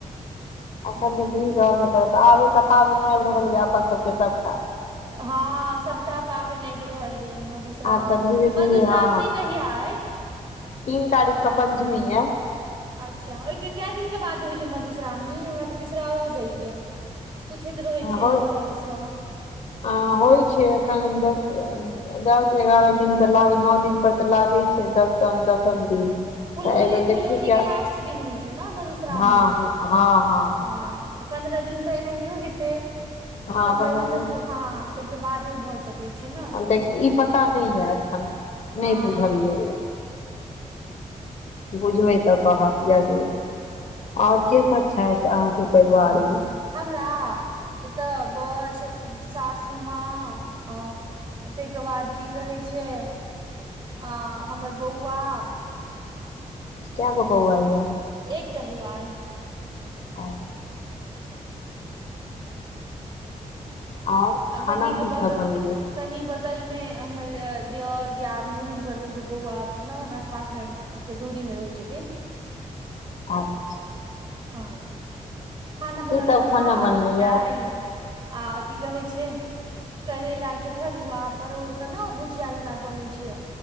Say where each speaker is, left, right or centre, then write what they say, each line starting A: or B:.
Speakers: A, on the left; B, on the right.
A: अखन
B: हूँ
A: तऽ भीड़ भाड़ रहबे करत आबे तऽ पाबन आइब रहल ये अपन सभके सभटा।
B: हँ सभटा पाबन आइब रहल ह कि, मधुश्रावणी
A: आब तऽ धीरे
B: मधुश्रावणी
A: धीरे हँ
B: कहिया कहिया अइ
A: तीन तारीख क पञ्चमी अइ।
B: अच्छा ओइके कए दिनके बाद होइ छै मधुश्रावणी हमरा तऽ बिसराओ जाइये। पूछैत रहै छियन
A: हो
B: हम सभसँ।
A: आ होइ छै एखन <inaudible> दस एगारह दिन त लागे नओ दिन पर त लागै छै द दसम दिन।
B: फुललोढी
A: तऽ एहिबेर
B: फुललोढी
A: देखियौ क्या
B: के लास्ट दिन होइ छै ना मधुश्रामणी,
A: हँ हँ हँ
B: हँ त पन्द्रह दिन तऽ एनाहियो हेतै
A: हँ
B: पंन्द्रह
A: पन्द्रह
B: दिन तऽ फो हां तइके बादे भऽ सकै छै ने
A: आब देखी ई पता नहि यए एखन
B: हँ
A: नहि बुझलियै यए। बुझबै तऽ कहब। जरूर, आऔर के सब छथि अहाँके परिवार मे?
B: हमरा एतऽ बड़, ससु, सासु माँ औ ताहिके बाद की कहै छै आ हमर बौआ
A: कै गो बौआ यै?
B: एक टा बौआ अइ।
A: ओ आओर
B: आ
A: खाना
B: कनीक
A: की
B: बग
A: सब बनलै
B: कनी बगल मे हमर दिऔर, दियादनी हुनकर दूगो बौआ मतलब हमरा से पांच मिनट के दूरी मे रहै छथिन
A: की
B: हँ हॅं खाना बनल
A: सब
B: ए
A: खाना
B: भात,
A: बनलै
B: दाइल
A: य
B: आ की कहै जे करैला के भरुआ, परोड़ के नै ओ भुजिया जेना बनेै छै